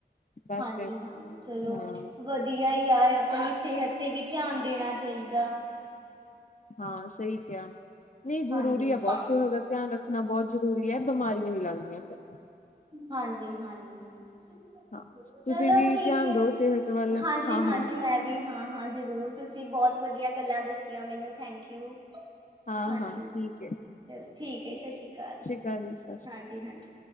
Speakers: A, on the left; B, on the right.
A: ਬਸ
B: ਹਾਂਜੀ-
A: ਫਿਰ
B: ਹਾਂਜੀ ਚਲੋਂ
A: ਹਾਂ
B: ਵਧੀ ਵਧੀਆਂ ਹੀ ਆ ਆਪਣੀਂ ਸਿਹਤ ਤੇ ਵੀ ਧਿਆਂਨ ਦੇਣਾਂ ਚਾਹੀਂਦਾ।
A: ਹਾਂ ਸਹੀ ਕਿਆ, ਨਹੀਂ
B: ਹਾਂਜੀ
A: ਜ਼ਰੂਰੀ ਹੈ
B: ਹਾਂ
A: ਬਹੁਤ ਸਿਹਤ ਦਾ ਧਿਆਨ ਰੱਖਣਾ ਬਹੁਤ ਜ਼ਰੂਰੀ ਐ। ਬਿਮਾਰੀਆਂ ਨੀ ਲੱਗਦੀਆਂ ਫਿਰ।
B: ਹਾਂਜੀ -ਹਾਂਜੀ।
A: ਹਾਂ ਤੁਸੀਂ
B: ਚਲੋ
A: ਵੀ
B: ਠੀਕ
A: ਧਿਆਨ
B: ਹੈ,
A: ਦਿਓ ਸਿਹਤ ਵੱਲ
B: ਹਾਂਜੀ
A: ਹਾਂ
B: -ਹਾਂਜੀ
A: ਹਾਂ
B: ਮੈਂ ਵੀ ਹਾਂ -ਹਾਂ ਜ਼ਰੂਰ ਤੁਸੀਂ ਬਹੁਤ ਵਧੀਆ ਗੱਲਾਂ ਦੱਸੀਆਂ ਮੈਨੂੰ ਥੈਂਕ ਯੂ।
A: ਹਾਂ
B: ਹਾਂਜੀ
A: ਹਾਂ ਠੀਕ
B: ਚਲ ਠੀਕ ਹੈ, ਸਤਿ ਸ਼੍ਰੀ ਅਕਾਲ।
A: ਕੱਲ ਦੀ
B: ਹਾਂਜੀ- ਹਾਂਜੀ।